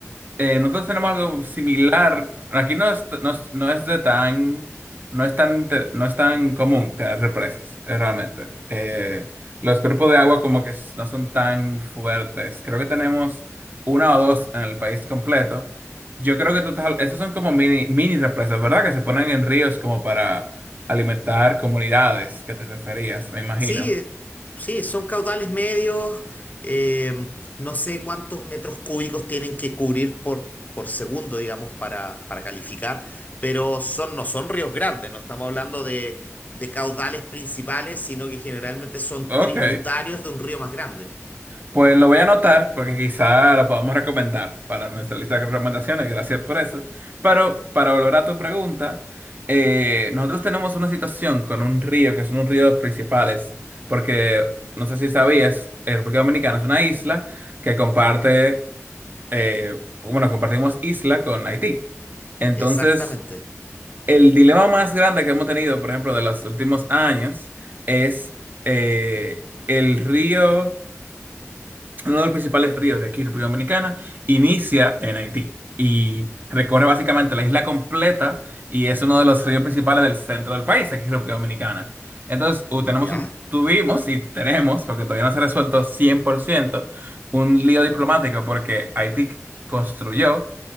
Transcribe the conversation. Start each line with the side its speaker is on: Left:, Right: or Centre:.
Right: Eh, nosotros tenemos algo similar. Aquí no es, no es, no es de tan, no es tan, inter- no es tan común tener represas, eh, realmente. Eh, los cuerpos de agua como que s- no son tan fuertes. Creo que tenemos una o dos en el país completo. Yo creo que tú estás, esas son como mini, mini represas, ¿verdad? Que se ponen en ríos como para alimentar comunidades, que te referías, me imagino.
Left: Sí, eh, sí, son caudales medios, eh, no sé cuántos metros cúbicos tienen que cubrir por, por segundo, digamos, para, para calificar, pero son, no son ríos grandes, no estamos hablando de, de caudales principales, sino que generalmente son
Right: Ok.
Left: tributarios de un río más grande.
Right: Pues lo voy a anotar porque quizá lo podamos recomendar para nuestra lista de recomendaciones, gracias por eso. Pero para volver a tu pregunta, eh, nosotros tenemos una situación con un río, que es uno de los ríos principales, porque no sé si sabías, eh, República Dominicana es una isla que comparte, eh, bueno, compartimos isla con Haití. Entonces,
Left: Exactamente.
Right: el dilema más grande que hemos tenido, por ejemplo, de los últimos años, es eh, el río... Uno de los principales ríos de aquí, República Dominicana, inicia en Haití y recorre básicamente la isla completa y es uno de los ríos principales del centro del país, aquí, República Dominicana. Entonces, u- tenemos
Left: ¿Ya?
Right: un- tuvimos y tenemos, porque todavía no se ha resuelto 100% un lío diplomático porque Haití construyó